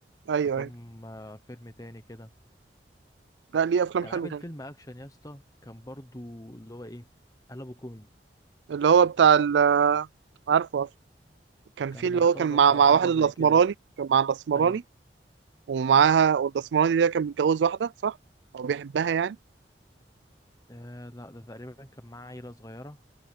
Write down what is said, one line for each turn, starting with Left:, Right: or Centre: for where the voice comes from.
Right: ايوه
Left: في كام
Right: ايوه
Left: آه، فيلم تاني كده
Right: لا ليه افلام
Left: كان
Right: حلوه
Left: عامل
Right: كمان
Left: فيلم اكشن يا اسطى كان برضو اللي هو ايه قلبه كوميدي
Right: اللي هو بتاع ال عارفه عارفه كان
Left: كان
Right: في
Left: مرتزق
Right: اللي هو كان مع
Left: او
Right: مع
Left: حاجه
Right: واحد
Left: زي
Right: الاسمراني
Left: كده
Right: كان مع الاسمراني
Left: ايوه
Right: ومعاها والاسمراني ده كان متجوز واحده صح او بيحبها يعني
Left: آه لا ده تقريبا كان معاه عيله صغيره